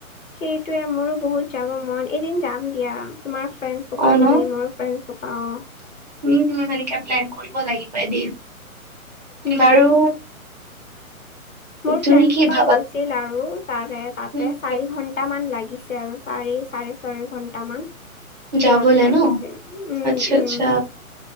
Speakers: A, on the left (about 60°); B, on the right (about 30°).
A: সেইটোৱে, মোৰো বহুত যাব মন! এদিন যাম দিয়া, তোমাৰ ফ্ৰেণ্ড সোপা
B: অ ন
A: মিলি, মোৰ। ফ্ৰেণ্ডছ সোপা, অ'!
B: উম, সেনেকে প্লেন কৰিব লাগিব, এদিন।
A: উম।
B: বাৰু
A: মোৰ
B: তুমি
A: ফ্ৰেণ্ডছ
B: কি
A: সোপা
B: ভাবা
A: গৈছিল আৰু তাৰে, তাতে
B: উম,
A: চাৰি ঘন টামান লাগিছে আৰু। চাৰি, চাৰে ছয় ঘণ্টা মান।
B: যাবলে
A: যোৱাতে লাগিছে।
B: ন
A: উম,
B: আচ্ছা আচ্ছা।
A: উম।